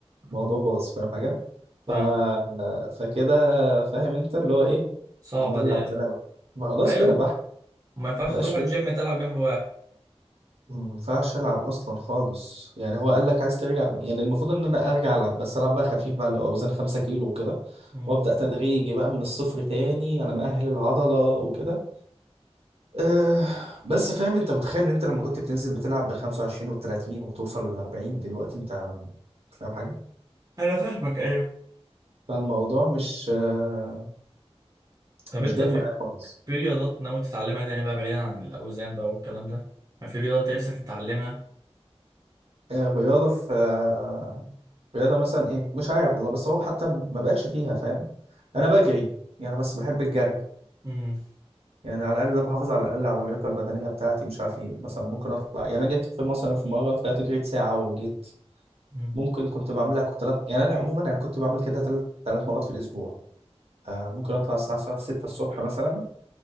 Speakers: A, on the right (about 65°); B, on the right (about 35°).
A: الموضوع
B: مم.
A: باظ فاهم حاجه
B: فاهمك
A: ف... فكده فاهم انت اللي هو ايه
B: صعبة
A: الحمد لله
B: دي
A: على
B: أيوه
A: السلامة ما خلاص
B: أيوه
A: كده بح
B: ما ينفعش
A: ما بقاش
B: تروح
A: فيه
B: الجيم تلعب جنب واحد
A: ما ينفعش العب اصلا خالص يعني هو قال لك عايز ترجع يعني المفروض ان انا ارجع العب بس العب بقى خفيف بقى لو اوزان 5 كيلو وكده
B: مم.
A: وابدا تدريجي بقى من الصفر تاني على ما اهل العضله وكده أه بس فاهم انت متخيل ان انت لما كنت بتنزل بتلعب بال 25 وال 30 وتوصل لل 40 دلوقتي انت فاهم حاجه
B: أنا فاهمك أيوه
A: فالموضوع مش آه،
B: طب
A: مش
B: أنت
A: جاي
B: في
A: معايا خالص
B: في رياضات ناوي تتعلمها تاني بقى بعيدا عن الأوزان بقى والكلام ده؟ ما في رياضة أنت نفسك تتعلمها؟
A: آه، رياضة في آه، رياضة مثلا ايه مش عارف والله بس هو حتى ما بقتش فيها فاهم انا بجري يعني بس بحب الجري
B: مم.
A: يعني على الاقل بحافظ على الاقل على اللياقة البدنية بتاعتي مش عارف ايه مثلا ممكن اطلع يعني انا جيت في مثلا في مرة طلعت جريت ساعة وجيت
B: مم.
A: ممكن كنت بعملها كنت تلات يعني انا عموما انا كنت بعمل كده تلات تلات مرات في الاسبوع آه ممكن اطلع الساعة الساعة 6 الصبح مثلا